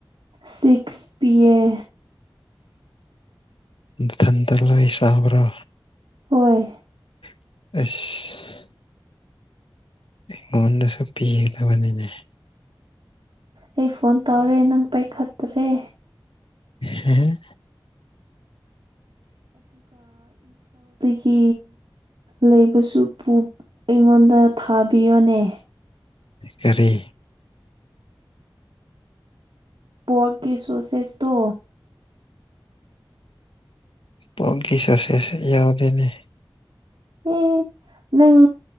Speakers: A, on the right; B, on the left.
A: ꯁꯤꯛꯁ ꯄ ꯑꯦ
B: ꯃꯊꯟꯇ ꯂꯣꯏ ꯁꯕ꯭ꯔꯥ
A: ꯍꯣꯏ
B: ꯑꯁ ꯑꯩꯉꯣꯟꯗꯁꯨ ꯄꯤꯒꯗꯕꯅꯤꯅꯦ
A: ꯑꯩ ꯐꯣꯟ ꯇꯧꯔꯦ ꯅꯪ ꯄꯥꯏꯈꯠꯇ꯭ꯔꯦ
B: ꯍꯝ
A: ꯍꯤ ꯂꯩꯕꯁꯨ ꯑꯩꯉꯣꯟꯗ ꯊꯥꯕꯤꯌꯣꯅꯦ
B: ꯀꯔꯤ
A: ꯄꯣꯔꯒꯀꯤ ꯁꯣꯁꯦꯁ ꯇꯣ
B: ꯄꯒꯤ ꯆꯁꯦꯁꯦ ꯌꯥꯎꯗꯦꯅꯦ
A: ꯑꯦ ꯅꯪ